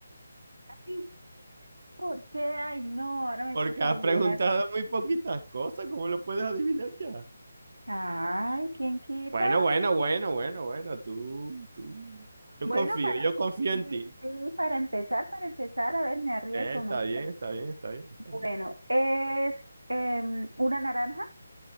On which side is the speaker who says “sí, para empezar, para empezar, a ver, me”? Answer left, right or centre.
Right